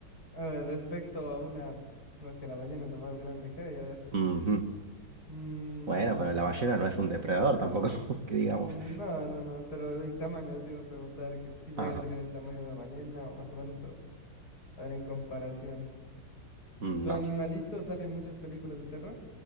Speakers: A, on the left; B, on the right.
A: A ver, respecto a una... No es que la ballena es lo más grande que hay, a ver.
B: Ujú.
A: Mm,
B: Bueno, pero la ballena no es un depredador tampoco, <laughs> que digamos.
A: No, no, no, pero el tamaño, te iba a preguntar que si llega
B: Ah,
A: a tener el tamaño de una ballena o más o menos, pero a ver en comparación.
B: no.
A: Tu animalito sale en muchas películas de terror.